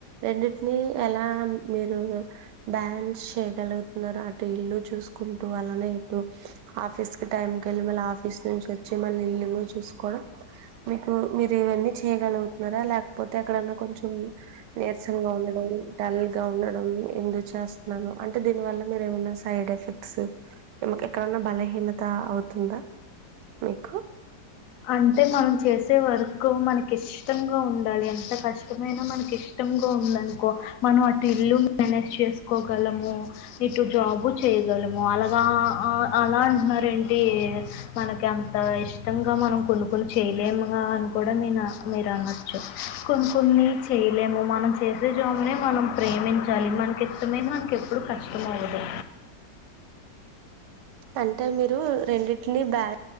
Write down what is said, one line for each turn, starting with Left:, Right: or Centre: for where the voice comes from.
Right: రెండింటిని ఎలా మీరు బ్యాలెన్స్ చేయగలుగు అటు ఇల్లు చూసుకుంటూ అలనే ఇటు ఆఫీస్ కి టైం క వెళ్ళి మళ్ళ ఆఫీస్ నుంచి వచ్చి మళ్ళ ఇలు చూసుకోవడం మీకు మీరు ఇవన్నీ చేయగలుగుతున్నారా లేకపోతే అక్కడన్నా కొంచెం నీరసంగా ఉండడం డల్ గా ఉండడం ఎందు చేస్తున్నాను అంటే దీని వల్ల మీరేమన్నా సైడ్ ఎఫెక్ట్స్కు ఎక్కడన్నా బలహీనత అవుతుందా మీకు
Left: అంటే మనం చేసే వర్క్ మనకి ఇష్టంగా ఉండాలి ఎంత కష్టమైనా మనకి ఇష్టంగా ఉండందనుకో మనం అటు ఇల్లు మేనేజ్ చేసుకోగలము ఇటు జాబు చేయగలము అలాగా అలా అంటున్నారుార ఏంటి మనకి అంత ఇష్టంగా మనం కొనుక్కలు చేయలేముగా అని కూడా మీ మీరు అనొచ్చు కొన్ని కొన్ని చేయలేము మనం చేసే జామునే మనం ప్రేమించాలి మనకి ఇష్టమైన మనకి ఎప్పుడు కష్టం అవుదు
Right: అంటే మీరు రెండింటిని బ్యాలెన్స్